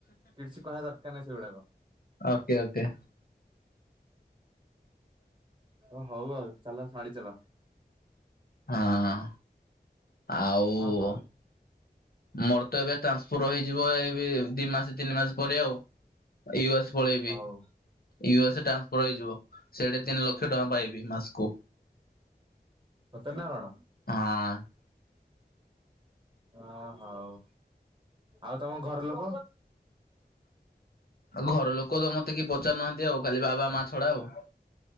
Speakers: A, on the right; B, on the left.
A: କିଛି କହିବା ଦରକାର ନାହିଁ ସେଇଗୁଡାକ।
B: Okay okay.
A: ହଁ, ହଉ ଆଉ, ଚାଲ ମାଡି ଚାଲ
B: ହଁ ଆଉ।
A: ହଁ ହଉ
B: ମୋର ତ ଏବେ ଟ୍ରାନ୍ସଫର ହେଇଯିବ ଏବେ, ଦି ମାସ ତିନି ମାସ ପରେ ଆଉ। ୟୁଏସ୍ ପଳେଇବି,
A: ହଉ
B: ୟୁଏସ୍ ଟ୍ରାନ୍ସଫର ହେଇଯିବ, ସେଠି ତିନି ଲକ୍ଷ ଲକ୍ଷେ ଟଙ୍କା ପାଇବି ମାସ୍କୁ
A: ସତରେ ନା କଣ?
B: ହଁ।
A: ହଁ, ହଉ। ଆଉ ତମ ଘର ଲୋକ?
B: ଆଉ ଘର ଲୋକ ତ ମତେ କିଏ ପଚାରୁନାହାନ୍ତି, ଆଉ ଖାଲି ବାବା ମା ଛଡା ଆଉ।